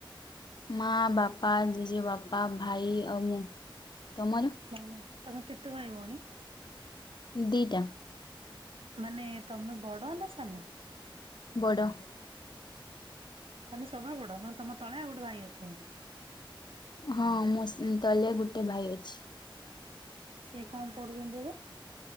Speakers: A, on the left (about 55°); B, on the right (about 85°).
A: ମା, ବାପା, ଜେଜେ ବାପା, ଭାଇ ଆଉ ମୁଁ ତମର?
B: ମାନେ ତମେ କେତେ ଭାଇ ଭଉଣୀ?
A: ଦିଇଟା।
B: ମାନେ ତମେ ବଡ ନା ସାନ?
A: ବଡ଼।
B: ମାନେ ସବା ବଡ ମାନେ ତମ ତଳେ ଆଉ ଗୋଟେ ଭାଇ ଅଛନ୍ତି?
A: ହଁ ମୁଁ ତଲେ ଗୋଟେ ଭାଇ ଅଛି।
B: ସିଏ କଣ ପଢୁଛନ୍ତି ଏବେ?